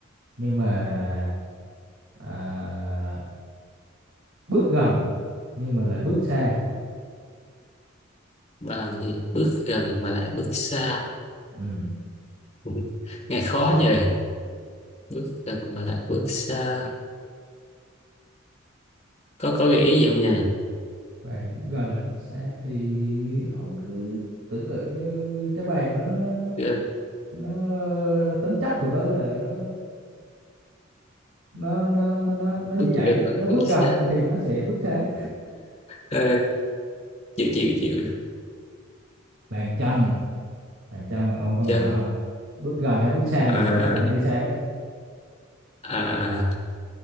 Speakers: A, on the right; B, on the left.
A: nhưng mà à, bước gần nhưng mà lại bước xa
B: bằng thì bước gần mà lại bước xa
A: ừ.
B: <laughs> nghe khó nhỉ bước gần mà lại bước xa có có gợi ý gì không nhỉ
A: bàn bước gần lại bước xa thì ông cứ tưởng tượng như cái bàn đó nó
B: Ờ,
A: nó tính chất của nó là nó nó nó nó nó như
B: bước
A: vậy
B: chân lại
A: nó bước
B: bước
A: gần
B: xa
A: thì nó sẽ bước xa
B: à, chịu chịu chịu
A: bàn chân bàn chân ông công
B: chân
A: nhận không bước gần hay bước xa gì
B: à,
A: thì nó cũng đi xa hết
B: à, à,